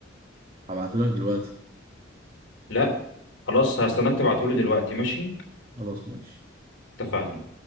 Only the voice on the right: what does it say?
هبعته لك دلوقتي
خلاص ماشي